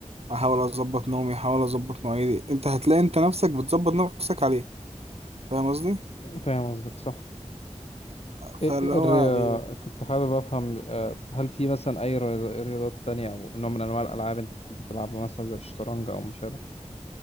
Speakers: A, on the right; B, on the left.
A: احاول اظبط نومي احاول اظبط مواعيدي انت هتلاقي انت نفسك بتظبط نفسك عليه فاهم قصدي
B: فاهم قصدك صح إيه- إيه
A: فاللي هو
B: الرياضة
A: إيه،
B: كنت حابب أفهم آه، هل في مثلا أي رياض- رياضات تانية أو نوع من أنواع الألعاب أنت بتحب تلعبها مثلا زي الشطرنج أو ما شابه